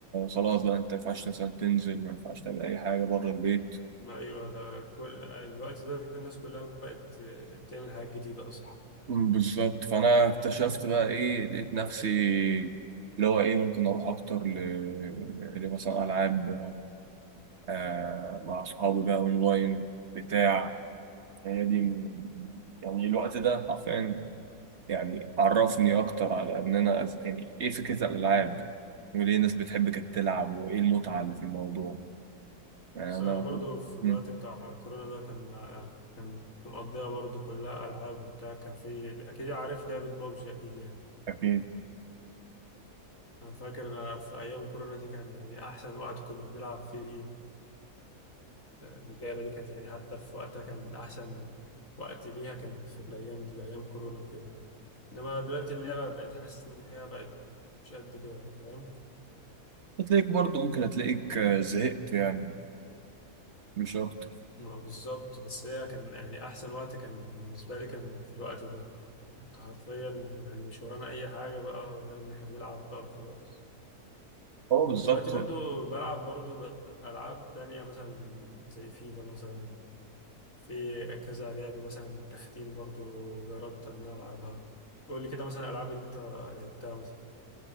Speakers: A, on the right; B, on the left.
A: خلاص بقى انت ما ينفعش مثلا تنزل ما ينفعش تعمل اي حاجه بره البيت
B: ايوه ده كل الوقت ده الناس كلها بقت تعمل حاجات جديده اصلا
A: مم، بالظبط فانا اكتشفت بقى ايه لقيت نفسي اللي هو ايه ممكن اروح اكتر ل... لمثلا العاب آه مع اصحابي بقى اونلاين بتاع هي دي م- يعني الوقت ده حرفيا يعني عرفني اكتر على ان انا أز- يعني ايه فكره الالعاب وليه الناس بتحب كانت تلعب وايه المتعه اللي في الموضوع يعني
B: بس
A: انا
B: انا برضو
A: كنت
B: في الوقت
A: مم.
B: بتاع كورونا ده كان انا كنت كان كنت مقضيها برضو كلها العاب وبتاع كان في اكيد عارف لعبه بابجي اكيد يعني
A: أكيد
B: انا فاكر انا في ايام كورونا دي كان يعني احسن وقت كنا بنلعب فيه اللعبه دي كانت يعني حتى في وقتها كان احسن وقت ليها كان في الايام دي ايام كورونا كده انما دلوقتي اللعبه بقت حاسس ان هي بقت مش قد كده يعني فاهم
A: هتلاقيك برضه ممكن هتلاقيك آه، زهقت يعني مش أكتر
B: آه، بالظبط بس هي كان يعني احسن وقت كان بالنسبه لي كان في الوقت ده كنت حرفيا يعني مش ورانا اي حاجه بقى غير ان احنا نلعب بقى وخلاص
A: هو بالظبط
B: ودلوقتي برضو
A: آه.
B: بلعب برضو العاب تانية مثلا زي فيفا مثلا في كذا لعبه مثلا تختيم برضو جربت ان أنا العبها قول لي كده مثلا الالعاب اللي انت لعبتها مثلا